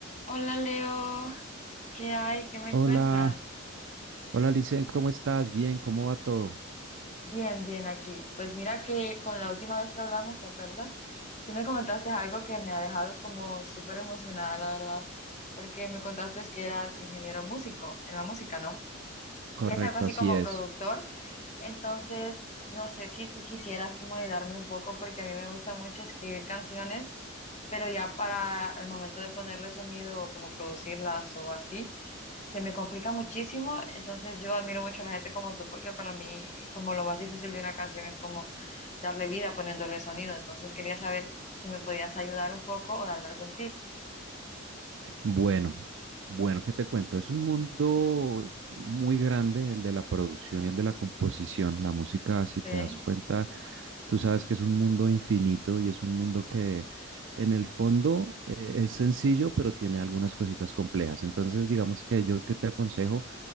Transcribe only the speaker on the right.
Hola,
hola Licen, ¿cómo estás? Bien, ¿cómo va todo?
Correcto,
así
es.
Bueno, bueno, ¿qué te cuento? Es un mundo muy grande el de la producción y el de la composición. La música, si
te das cuenta, tú sabes que es un mundo infinito y es un mundo que en el fondo eh, es sencillo, pero tiene algunas cositas complejas. Entonces, digamos que yo que te aconsejo